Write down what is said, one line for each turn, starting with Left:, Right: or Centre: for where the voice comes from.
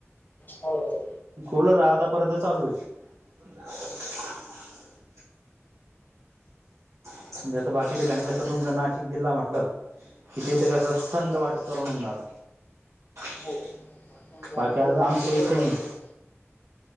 Left: होव
Right: कुलर आतापर्यंत चालू. ब <inaudible> म्हणजे आता बाकी ठिकाणी कसं तुमच नाशिक जिल्हा म्हटलं, किथेथ कस थंड वाट तरुण जात <inaudible>
Left: हो म्हणजे आमच्याकडे
Right: बाकी आता आमच्यां
Left: थंडीचच
Right: इथं
Left: वातावरण
Right: नाई.